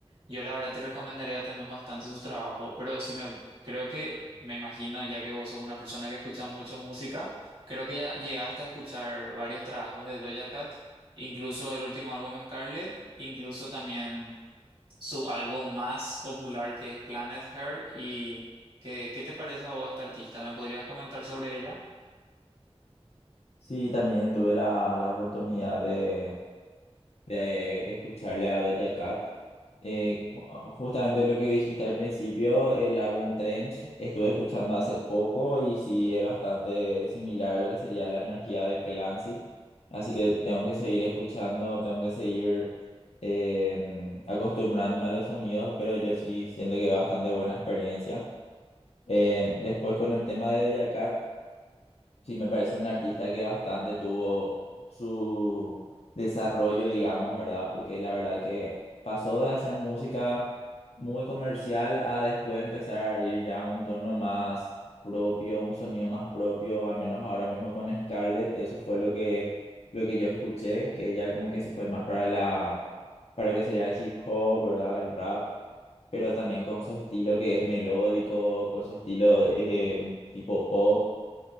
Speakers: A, on the right; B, on the left.
A: yo la verdad te recomendaría también bastante su trabajo, pero sí me creo que me imagino, ya que vos sos una persona que escucha mucho música, creo que ya llegaste a escuchar varios trabajos de Doja Cat, incluso el último álbum Scarlet, incluso también su álbum más popular que es Planet Her. ¿Y qué, qué te parece a vos esta artista? ¿Me podrías comentar sobre ella?
B: Sí, también yo tuve la, la oportunidad de de escucharle a Doja Cat. Eh, justamente lo que dijiste al principio, el álbum Trench, estuve escuchando hace poco y sí es bastante similar a lo que sería la energía de Clancy. Así que tengo que seguir escuchando, tengo que seguir em, acostumbrándome a los sonidos, pero yo sí siento que es bastante buena experiencia. Eh, después con el tema de Doja Cat. Sí, me parece un artista que bastante tuvo su desarrollo, digamos, ¿verdad? Porque la verdad que pasó de hacer música muy comercial a después empezar a ir ya a un tono más propio, un sonido más propio, al menos ahora mismo con Scarlett, eso fue lo que, lo que yo escuché, que ella como que se fue más para la, para lo que sería el hip hop, ¿verdad? El rap pero también con su estilo que es melódico, con su estilo eh, tipo pop.